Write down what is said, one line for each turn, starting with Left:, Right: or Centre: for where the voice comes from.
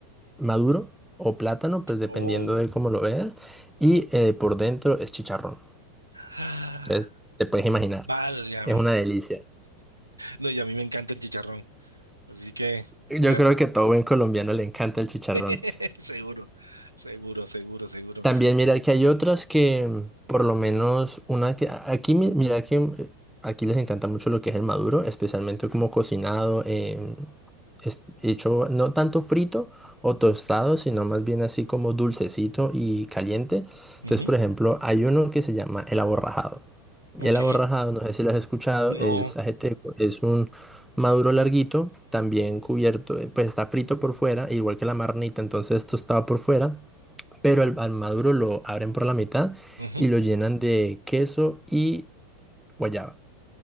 Centre: maduro o plátano, pues dependiendo
Right: Oh.
Centre: de cómo lo veas, y eh, por dentro es chicharrón.
Right: Ah,
Centre: Entonces, te puedes imaginar,
Right: Válgame.
Centre: es una delicia.
Right: No, y a mí me encanta el chicharrón, así que
Centre: Yo
Right: voy a...
Centre: creo que a todo buen colombiano le encanta el chicharrón.
Right: <laughs> Seguro, seguro, seguro, seguro.
Centre: También mira que hay otras que, mm, por lo menos una que a- aquí mi- mira que mm, eh, aquí les encanta mucho lo que es el maduro, especialmente como cocinado, em, es- hecho no tanto frito o tostado, sino más bien así como dulcecito y caliente. Entonces,
Right: Ujú,
Centre: por ejemplo, hay uno que se llama el aborrajado.
Right: ok,
Centre: Y el aborrajado, no sé si lo has escuchado,
Right: no.
Centre: es ajeteco, es un maduro larguito, también cubierto, eh, pues está frito por fuera, igual que la marnita, entonces tostado por fuera pero al, al maduro lo abren por la mitad
Right: ujú.
Centre: y lo llenan de queso y guayaba.